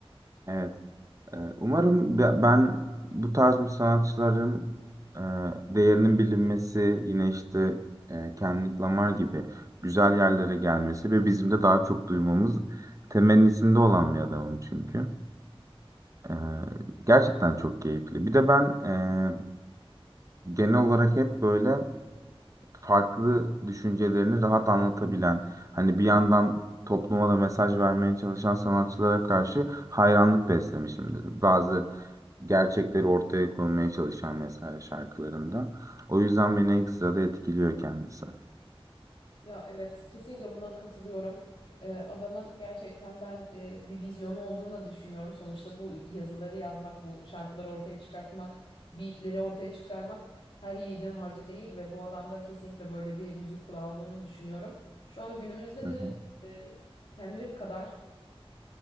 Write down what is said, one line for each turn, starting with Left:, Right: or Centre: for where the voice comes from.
Right: Evet. e, Umarım be- ben bu tarz bir sanatçıların e, değerinin bilinmesi, yine işte e, Kendrick Lamar gibi güzel yerlere gelmesi ve bizim de daha çok duymamız temennisinde olan bir adamım çünkü. E, Gerçekten çok keyifli. Bir de ben e, genel olarak hep böyle farklı düşüncelerini rahat anlatabilen, hani bir yandan topluma da mesaj vermeye çalışan sanatçılara karşı hayranlık beslemişimdir. Bazı gerçekleri ortaya koymaya çalışan mesela şarkılarında. O yüzden beni ekstra da etkiliyor kendisi.
Left: Ya evet kesinlikle buna katılıyorum. Ee, adamın gerçekten ben e, bir vizyonu olduğunu da düşünüyorum. Sonuçta bu yazıları yazmak, bu şarkıları ortaya çıkartmak, beatleri ortaya çıkarmak her yiğidin harcı değil ve bu adamda kesinlikle böyle bir müzik kulağı olduğunu düşünüyorum. Şu an günümüzde
Right: Hı
Left: de
Right: hı.
Left: e, Kendrick kadar